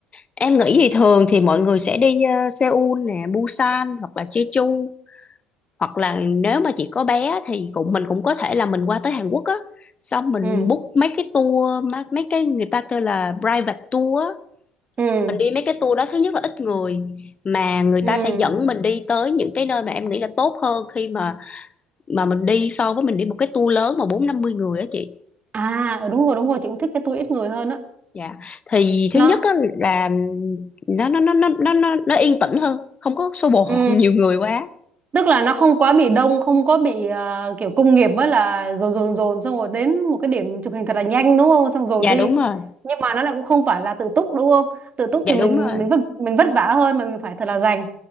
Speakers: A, on the left (about 25°); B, on the right (about 35°).
A: em nghĩ thì thường thì mọi người sẽ đi ờ, Seoul nè Busan hoặc là Jeju hoặc là nếu mà chị có bé thì cũng mình cũng có thể là mình qua tới Hàn Quốc á xong mình
B: Ừ.
A: book mấy cái tour má- mấy cái người ta kêu là private tour á
B: Ừ.
A: mình đi mấy cái tour đó thứ nhất là ít người mà người
B: Ừ.
A: ta sẽ dẫn mình đi tới những cái nơi mà em nghĩ là tốt hơn khi mà mà mình đi so với mình đi một cái tour lớn mà bốn năm mươi người á chị
B: À, đúng rồi đúng rồi, chị cũng thích cái tour ít người hơn á.
A: dạ thì
B: Nó.
A: thứ nhất á là nó nó nó nó nó nó nó yên tĩnh hơn không có xô bồ
B: Ừ.
A: <laughs> nhiều người quá
B: tức là nó không quá bị đông không có bị ờ, kiểu công nghiệp với là dồn dồn dồn xong rồi đến một cái điểm chụp hình thật là nhanh đúng không xong dồn
A: dạ
B: đi
A: đúng rồi
B: nhưng mà nó lại cũng không phải là tự túc đúng không tự túc
A: dạ
B: thì mình
A: đúng rồi
B: mình vất mình vất vả hơn mà mình phải thật là dành